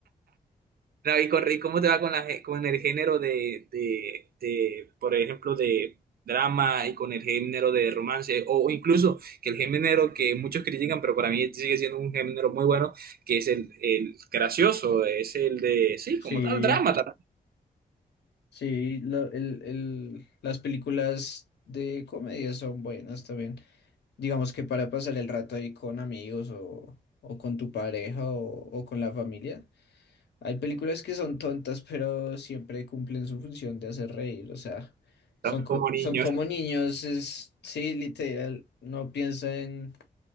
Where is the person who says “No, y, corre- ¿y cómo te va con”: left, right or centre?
Right